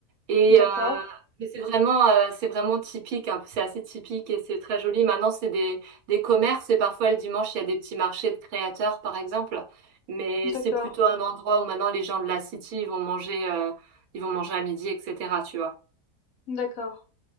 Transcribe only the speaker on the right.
Et
euh, mais c'est vraiment, euh, c'est vraiment typique, hein. C'est assez typique et c'est très joli. Maintenant, c'est des, des commerces et parfois le dimanche, il y a des petits marchés de créateurs, par exemple. Mais
c'est plutôt un endroit où maintenant les gens de la city ils vont manger, euh, ils vont manger à midi, etc. Tu vois.